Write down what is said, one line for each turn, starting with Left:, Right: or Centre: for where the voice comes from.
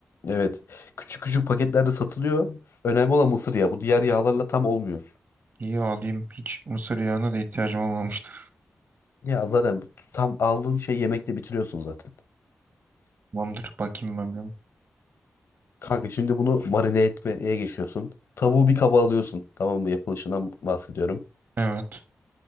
Left: evet küçük küçük paketlerde satılıyor. Önemli olan mısır yağı. Bu diğer yağlarla tam olmuyor.
Right: İyi alayım. Hiç mısır yağına da ihtiyacım olmamıştı.
Left: Ya zaten bu- tam aldığın şeyi yemekle bitiriyorsun zaten.
Right: Tamamdır. Bakayım ben bir ona.
Left: Kanka şimdi bunu marine etmeye geçiyorsun. Tavuğu bir kaba alıyorsun. Tamam mı? Yapılışından bahsediyorum.
Right: Evet.